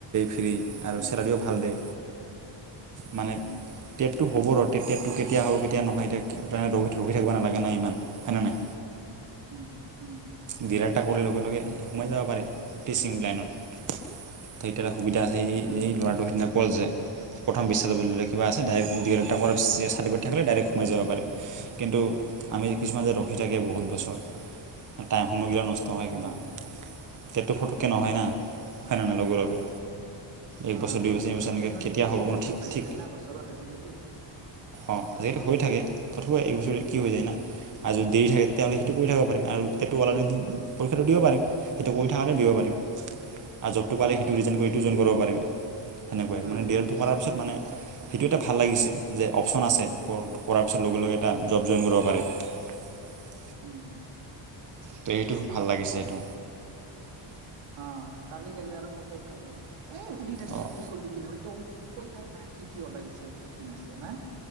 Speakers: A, on the right; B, on the right.
A: ফ্ৰী আৰু
B: উম
A: চেলাৰিও ভাল দে মানে
B: উম
A: টেটটো হ'ব তেতিয়াতো কেতিয়া হ'ব কেতিয়া নহয় এতিয়া। ৰখি ৰখি থাকিব নালাগে নাই ইমান হয়নে নাই।
B: উম। উম।
A: ডি এল এড এটা কৰি লগে লগে সোমাই যাব পাৰে টিচিং লাইনত থটাৰ সুবিধা আছে এই
B: উম
A: এই ল'ৰাটোৰ সিদিনা ক'ল যে প্ৰথম বিশ্বাত বিলে কিবা আছে ডাইৰেক্ট দঘটা কৰ চাৰ্টি থাকিলে ডাইৰেক্ট সোমাই যাব পাৰে কিন্তু আমি কিছুমান যে ৰখি থাকে বহুত বছৰ। টাইময়িল ন নষ্ট হয় কিবা।
B: উম
A: তেটো ফটকে নহয় না হয়নে নে লগে লগে। এক
B: অঁ
A: বছৰ দুই বছৰ এইবছৰ এনেকৈ
B: টেট মানে
A: কেতিয়া
B: কি
A: হ'ব
B: চি
A: কোনো
B: টেটটো
A: ঠিক
B: হৈয়ে
A: ঠিক
B: থাকে না বছৰত আজিকালি
A: অঁ আজিকো হৈ থাকে কথা এই বছৰে। কি হৈ যায় ন আৰু যদি দেৰি থাকে। তেওঁলোকে সেইটো কৰি থাকিব পাৰিম আৰু হেইটো ওলালে পৰীক্ষাটো দিব পাৰিম সেইটো কৰি থাকতে দিব পাৰিম আৰু জবটো পালে
B: অঁ
A: সেইটো ৰিজাইন কৰি এইটো জইন কৰিব পাৰিম। সেনেকুৱাকৈ
B: উম
A: মানে ডেইলটো কৰাৰ পিছত মানে সেইটো এটা ভাল লাগিছে যে অপচন আছে ক'টো। কৰাৰ পিছত লগে লগে এটা জব জইন কৰিব পাৰিম।
B: হম।
A: ত এইটো ভাল লাগিছে এইটো
B: অ কালি গেলে আৰু কব ভাল হ'ল এ সুধি থাকি
A: অঁ
B: কি কৰিবি কি নবি ত। কৈ থাক না কি কি ওলাই আছে কি কি নাছে নাই।